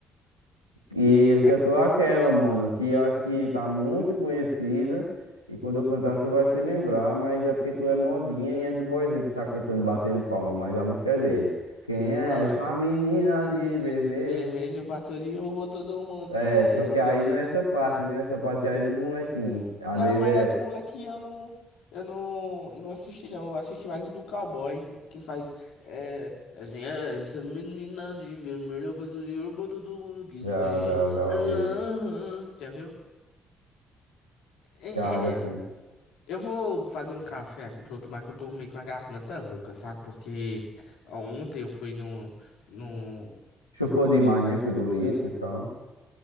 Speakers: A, on the left; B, on the left.
A: E ele cantou
B: É,
A: aquela, mano, que eu acho que tá muito conhecida. E quando eu cantar, tu vai se lembrar, mas é porque tu é modinha e é do boyzinho que tá cantando, batendo palma, mas a música é dele. Quem é
B: qual
A: essa
B: é?
A: menina
B: Menina
A: de vermelho?
B: de vermelho passou de roubou todo mundo
A: É,
B: que se.
A: só que aí não é essa parte, né? Essa parte aí é do molequinho. A
B: Não,
A: dele
B: mas
A: é.
B: a do moleque eu não, eu não, não assisti não. Eu assisti mais o do cowboy, que ele faz é, assim, "É, essa menina de vermelho passou de ouro, todo mundo quis
A: Já,
B: ver.
A: já, já ouvi.
B: Ah, Já viu? É, é,
A: Já, já sei.
B: é. Eu vou fazer um café aqui pra eu tomar, que eu tô meio com a garganta rouca, sabe? Porque ontem eu fui no, no,
A: Chupou demais, né? Pirulitos e tal.